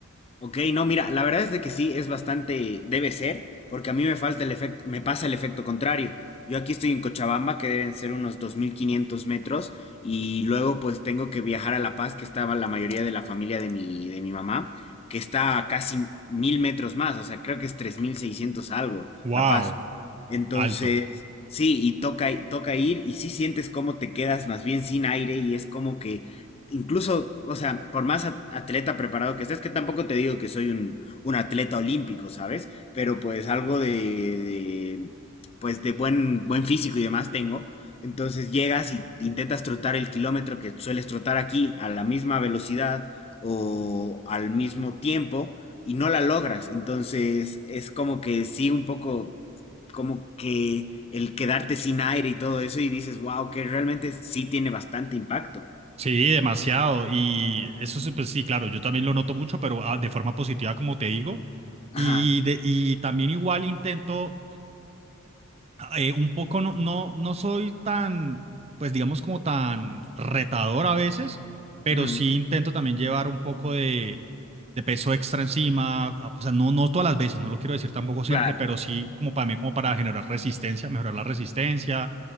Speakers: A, on the left (about 30°); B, on the right (about 30°).
A: Ok, no, mira, la verdad es de que sí, es bastante, debe ser, porque a mí me falta el efecto, me pasa el efecto contrario. Yo aquí estoy en Cochabamba, que deben ser unos 2.500 metros, y luego pues tengo que viajar a La Paz, que estaba la mayoría de la familia de mi, de mi mamá, que está a casi 1.000 metros más, o sea, creo que es 3.600 algo,
B: Wow,
A: La Paz. Entonces,
B: alto.
A: sí, y toca, toca ir, y sí sientes cómo te quedas más bien sin aire, y es como que incluso, o sea, por más at- atleta preparado que estés, que tampoco te digo que soy un, un atleta olímpico, ¿sabes? Pero pues algo de, de, pues de buen, buen físico y demás tengo. Entonces llegas y intentas trotar el kilómetro que sueles trotar aquí a la misma velocidad o al mismo tiempo y no la logras. Entonces es como que sí, un poco como que el quedarte sin aire y todo eso y dices, wow, que realmente sí tiene bastante impacto.
B: Sí, demasiado. Y eso, sí, pues sí, claro, yo también lo noto mucho, pero ah, de forma positiva, como te digo.
A: Ajá.
B: Y, de, y también igual intento eh, un poco no, no, no soy tan, pues digamos como tan retador a veces, pero
A: Ujú,
B: sí intento también llevar un poco de, de peso extra encima, a- o sea, no, no todas las veces, no lo quiero decir tampoco siempre,
A: claro.
B: pero sí como para mí, como para generar resistencia, mejorar la resistencia,